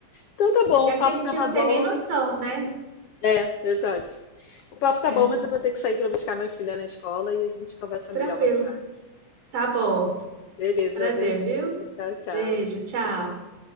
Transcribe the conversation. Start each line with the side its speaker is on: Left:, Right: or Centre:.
Left: Então tá bom,
Right: E
Left: o
Right: aqui
Left: papo
Right: a gente
Left: tava
Right: não
Left: bom.
Right: tem nem noção, né?
Left: É, verdade. O papo
Right: É,
Left: tá bom, mas eu vou ter que sair para buscar minha filha na escola e a gente conversa
Right: tranquilo.
Left: melhor mais tarde.
Right: Tá bom.
Left: Beleza,
Right: Prazer,
Left: beijinho.
Right: viu?
Left: Tchau, tchau.
Right: Beijo, tchau.